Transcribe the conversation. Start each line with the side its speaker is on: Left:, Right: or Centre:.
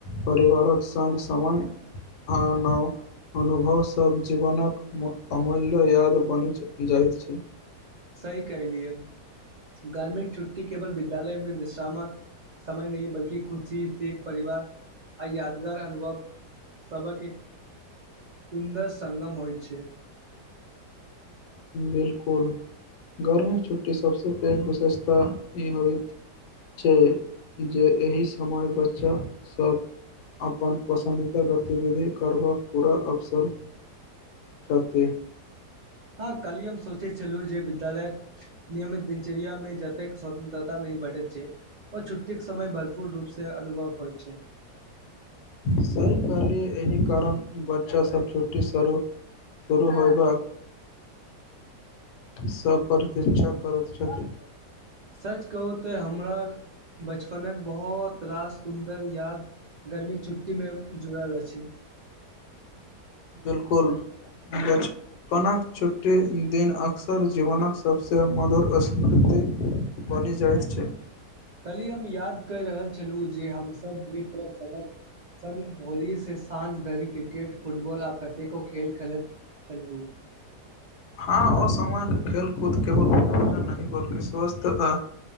Left: परिवारक संग समय आ नाओ अनुभव सब जीवनक अमूल्य याद बनि जाइत छै
Right: सही कलियए गार्मिक छुट्टी केवल विद्यालय मे विश्रामक समय नहि बल्की खुद सी एक परिवार आ यादगार अनुभव सबक एक सुन्दर संगम होइ छै
Left: बिल्कुल गर्मक छुट्टी सबसँ पैघ विशेषता ई होइत छै जे एहि समय बच्चासब अपन पसन्द ते गतिविधि करबक पूरा अवसर छति
Right: हँ काल्हि हम सोचै छलुँ जे विद्यालायक नियमित दिनचर्या मे जतेके स्वतंत्रता नहि बटैत छै ओ छुट्टीके समय भरपूर रूप से अनुभव होइ छै
Left: सही कहलियै एहि कारण बच्चासब छुट्टी स्वरूप शुरू होय बाक सब परतिकछा करैत छथिन
Right: सच कहू तेऽ हमर बचपनक बहुत रास सुंन्दर याद गर्मी छुट्टी मे जुड़ल अछि
Left: बिल्कुल बच कनक छुट्टी दिन अक्सर जीवनक सबसे मधुर स्मृति बनि जयत छै
Right: कल्हि हम याद कै रहल छलहुँ जे हमसब मित्र सबक सभी भोरी से साँझ धरि क्रिकेट फुटबॉल आ कतेको खेल खेलेत छल उ
Left: हँ असामयिक खेल कूद केवल मनोरंजन नहि बल्कि स्वासथ नाहि आ